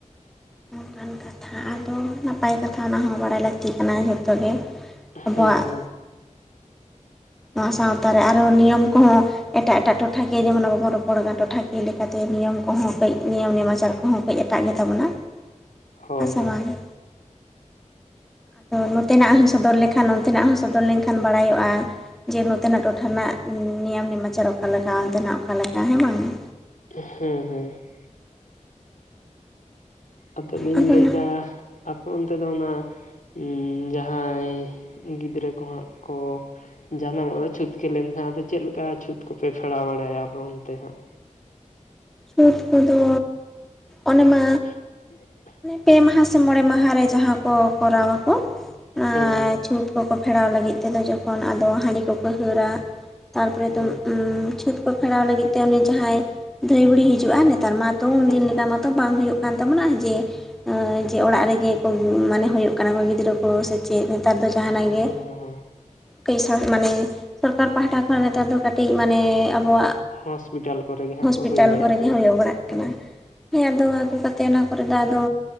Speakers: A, in the centre; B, on the left.
A: ᱱᱚᱝᱠᱟᱱ ᱠᱟᱛᱷᱟ ᱟᱫᱚ ᱱᱟᱯᱟᱭ ᱠᱟᱛᱷᱟ ᱚᱱᱟ ᱦᱚᱸ ᱵᱟ ᱰᱟᱭ ᱞᱟᱹᱠᱛᱤ ᱠᱟᱱᱟ ᱡᱷᱚᱛᱚ ᱜᱮ ᱾ ᱟᱵᱚᱣᱟᱜ
B: ᱦᱮᱸ ᱦᱮᱸ
A: ᱱᱚᱣᱟ ᱥᱟᱶᱛᱟ ᱨᱮ ᱟᱨᱦᱚᱸ ᱱᱤᱭᱚᱢ ᱠᱚᱦᱚᱸ ᱮᱴᱟᱜ ᱮᱴᱟᱜ ᱴᱚᱴᱷᱟ ᱡᱮ ᱡᱮᱢᱚᱱ ᱟᱵᱚᱵᱚᱱ ᱯᱚᱲᱜᱟ ᱴᱚᱴᱷᱟᱠᱤᱭᱟᱹ ᱞᱮᱠᱟᱛᱮ ᱱᱤᱭᱚᱢ ᱠᱚᱦᱚᱸ ᱠᱟᱹᱡ ᱱᱤᱭᱚᱢ ᱱᱮᱢᱟᱪᱟᱨ ᱠᱚᱦᱚᱸ ᱠᱟᱹᱡ ᱮᱴᱟᱜ ᱜᱮᱛᱟᱵᱚᱱᱟ ᱾
B: ᱦᱳᱭ
A: ᱦᱮᱸ ᱥᱮ
B: ᱦᱳᱭ
A: ᱵᱟᱝᱜᱤ! ᱟᱫᱚ ᱱᱚᱛᱮᱱᱟᱜ ᱦᱚᱧ ᱥᱚᱫᱚᱨ ᱞᱮᱠᱷᱟᱱ ᱚᱱᱛᱮᱱᱟᱜ ᱦᱚᱸ ᱥᱚᱫᱚᱨ ᱞᱮᱱᱠᱷᱟᱱ ᱵᱟᱲᱟᱭᱚᱜᱼᱟ ᱾ ᱡᱮ ᱱᱚᱛᱮᱱᱟᱜ ᱴᱚᱴᱷᱟ ᱨᱮᱱᱟᱜ ᱱᱤᱭᱚᱢ ᱱᱮᱢᱟᱪᱟᱨ ᱚᱠᱟᱞᱠᱟ, ᱚᱱᱛᱮᱱᱟᱜ ᱚᱠᱟᱮ ᱞᱮᱠᱟ ᱦᱮᱸ ᱵᱟᱝ ᱾
B: ᱦᱮᱸ ᱦᱮᱸ ᱾ ᱟᱫᱚᱞᱤᱧ
A: ᱟᱫᱚ
B: ᱞᱟᱹᱭᱫᱟ
A: ᱚᱱᱟ
B: ᱟᱯᱮ ᱚᱱᱛᱮ ᱫᱚ ᱚᱱᱟ ᱩᱸᱻ ᱡᱟᱦᱟᱸᱭ ᱜᱤᱫᱽᱨᱟᱹ ᱠᱚ ᱦᱟᱸᱜ ᱠᱚ ᱡᱟᱱᱟᱢᱚᱜᱼᱟ ᱪᱷᱩᱸᱛᱠᱮ ᱞᱮᱱᱠᱷᱟᱱ ᱟᱫᱚ ᱪᱮᱫ ᱞᱮᱠᱟ ᱪᱷᱩᱛ ᱠᱚᱯᱮ ᱯᱷᱮᱲᱟᱣ ᱵᱟᱲᱟᱭᱟ ᱟᱯᱮ ᱚᱱᱛᱮ ᱦᱟᱸᱜ?
A: ᱪᱷᱩᱫ ᱠᱚᱫᱚ ᱚᱱᱮᱢᱟ
B: <inaudible>
A: ᱯᱮ ᱢᱟᱦᱟ ᱥᱮ ᱢᱚᱬᱮ ᱢᱟᱦᱟ ᱨᱮ ᱡᱟᱦᱟᱸ ᱠᱚ ᱠᱚᱨᱟᱣᱟᱚ ᱚᱱᱟ
B: ᱦᱮᱸ ᱦᱮᱸ
A: ᱪᱷᱩᱸᱛ ᱠᱚ ᱠᱚ ᱯᱷᱮᱲᱟᱣ ᱞᱟᱹᱜᱤᱫ ᱛᱮᱫᱚ ᱡᱚᱠᱷᱚᱱ ᱟᱫᱚ ᱦᱟᱺᱰᱤ ᱠᱚᱠᱚ ᱦᱟᱹᱨᱟ, ᱛᱟᱨᱯᱚᱨᱮ
B: ᱦᱮᱸ
A: ᱫᱚ ᱩᱸᱻ ᱪᱷᱩᱛ ᱠᱚ ᱯᱷᱮᱲᱟᱣ ᱞᱟᱹᱜᱤᱫ ᱛᱮ ᱩᱱᱤ ᱡᱟᱦᱟᱸᱭ ᱫᱷᱟᱹᱭ ᱵᱩᱲᱤ ᱦᱤᱡᱩᱜᱼᱟ ᱱᱮᱛᱟᱨ ᱢᱟᱛᱚ ᱩᱱᱫᱤᱱ
B: ᱦᱮᱸ
A: ᱞᱮᱠᱟ ᱢᱟᱛᱚ ᱵᱟᱝ ᱦᱩᱭᱩᱜ ᱠᱟᱱ ᱛᱟᱵᱚᱱᱟ ᱡᱮ ᱮ ᱡᱮ ᱚᱲᱟᱜ ᱨᱮᱜᱮ ᱠᱚ ᱢᱟᱱᱮ ᱦᱳᱭᱳᱜ ᱠᱟᱱᱟ ᱠᱚ ᱜᱤᱫᱽᱨᱟᱹ ᱠᱚ ᱥᱮᱪᱮᱫ, ᱱᱮᱛᱟᱨ ᱫᱚ ᱡᱟᱦᱟᱱᱟᱜ ᱜᱮ,
B: ᱦᱮᱸ ᱦᱮᱸ
A: ᱠᱟᱹᱡ ᱥᱟ ᱢᱟᱱᱮ ᱥᱚᱨᱠᱟᱨ ᱯᱟᱦᱴᱟ ᱠᱷᱚᱱ ᱱᱮᱛᱟᱨ ᱫᱚ ᱠᱟᱹᱴᱤᱡ, ᱢᱟᱱᱮ ᱟᱵᱚ ᱣᱟᱜ
B: ᱦᱚᱥᱯᱤᱴᱟᱞ ᱠᱚᱨᱮ ᱜᱮ ᱦᱟᱸᱜ, ᱠᱚ
A: ᱯᱤᱴᱟᱞ
B: ᱦᱩᱭ ᱵᱟᱲᱟᱜᱼᱟ
A: ᱠᱚᱨᱮ ᱜᱮ ᱦᱳᱭᱳ ᱵᱟᱲᱟᱜ
B: ᱦᱮᱸ
A: ᱠᱟᱱᱟ᱾ ᱦᱮ ᱟᱫᱚ ᱟᱹᱜᱩ ᱠᱟᱛᱮᱫ ᱚᱱᱟ ᱠᱚᱨᱮ ᱫᱚ ᱟᱫᱚ